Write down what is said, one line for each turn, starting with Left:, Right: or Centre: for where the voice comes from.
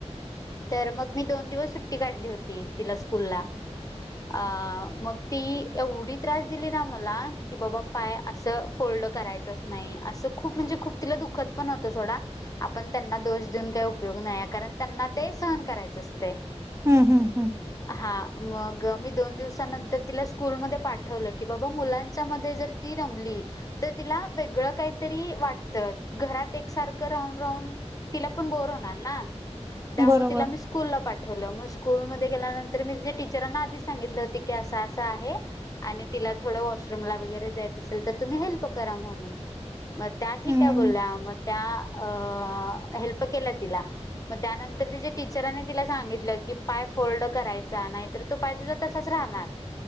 Left: तर मग मी दोन दिवस सुट्टी काढली होती तिला स्कूल ला. अ मग ती एवढी त्रास दिली ना मला की बाबा पाय असं फोल्ड करायचंच नाही असं खूप म्हणजे खूप तिला दुःखत पण होतं थोडा आपण त्यांना दोष देऊन काही उपयोग नाही कारण त्यांना ते सहन करायच असते.
Right: हम्म हम्म हम्म.
Left: हा मग मी दोन दिवसानंतर तिला स्कूलमध्ये पाठवलं की बाबा मुलांच्या मध्ये जर ती रमली तर तिला वेगळं काहीतरी वाटतं घरात एकसारखं राहून राहून तिला पण बोर होणार ना त्यामुळे
Right: बरोबर
Left: तिला मी स् कूलला पाठवलं मग स्कूलमध्ये गेल्यानंतर मी तिज्या टीचरांना आधीच सांगितलं होती की असं असं आहे आणि तिला थोडं वॉशरूमला वगैरे जायचं असेल तर तुम्ही हेल्प करा म्हणून. मग त्या ठीक
Right: हम्म
Left: आहे बोलल्या, मग त्या अ हेल्प केल्या तिला. मग त्यानंतर तिज्या टीचरांनी तिला सांगितलं की पाय फोल्ड करायचा नाहीतर तो पाय तुझा तसाच राहणार.